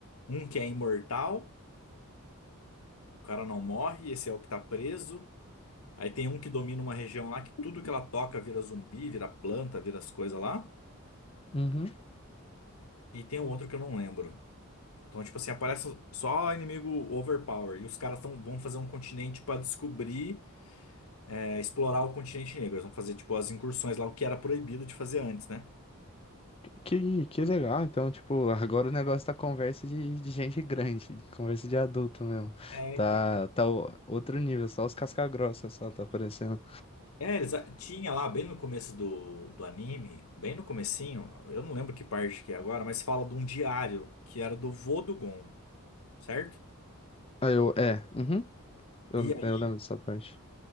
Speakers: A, on the left; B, on the left.
A: Um que é imortal, o cara não morre, esse é o que tá preso. Aí tem um que domina uma região lá que tudo que ela toca vira zumbi, vira planta, vira as coisas lá.
B: Uhum.
A: E tem um outro que eu não lembro. Então, tipo assim, aparece só inimigo overpower. E os caras tão, vão fazer um continente pra descobrir, é, explorar o continente negro. Eles vão fazer, tipo, as incursões lá, o que era proibido de fazer antes, né?
B: Que, que legal. Então, tipo, agora o negócio tá conversa de, de gente grande, conversa de adulto mesmo.
A: É,
B: Tá,
A: então.
B: tá o- outro nível, só os casca-grossa só tá aparecendo.
A: É, eles a- tinha lá, bem no começo do, do anime, bem no comecinho, eu não lembro que parte que é agora, mas fala de um diário que era do vô do Gon, certo?
B: Ah, eu, é, uhum, eu,
A: E aí
B: eu lembro dessa parte.